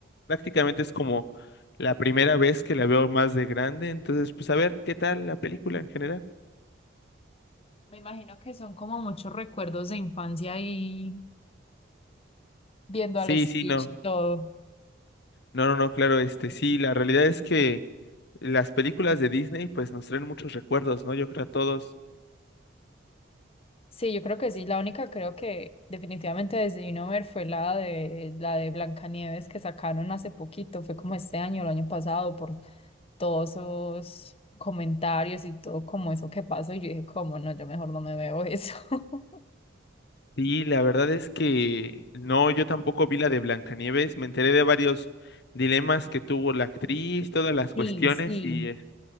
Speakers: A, on the left (about 60°); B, on the left (about 30°).
A: prácticamente es como la primera vez que la veo más de grande. Entonces, pues a ver, ¿qué tal la película en general?
B: Me imagino que son como muchos recuerdos de infancia ahí viendo
A: Sí,
B: al Stitch
A: sí, no.
B: y todo.
A: No, no, no, claro, este sí, la realidad es que las películas de Disney pues nos traen muchos recuerdos, ¿no? Yo creo a todos.
B: Sí, yo creo que sí. La única creo que definitivamente decidí no ver fue la de la de Blancanieves que sacaron hace poquito, fue como este año, el año pasado, por todos esos comentarios y todo como eso que pasó. Y yo dije, como no, yo mejor no me veo eso. <laughs>
A: Sí, la verdad es que no, yo tampoco vi la de Blancanieves, me enteré de varios dilemas que tuvo la actriz, todas las
B: Sí,
A: cuestiones
B: sí.
A: y eh,